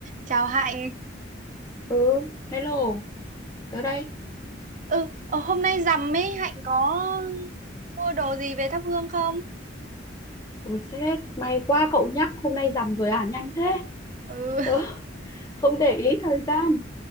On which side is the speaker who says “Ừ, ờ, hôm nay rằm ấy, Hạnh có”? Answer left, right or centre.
Right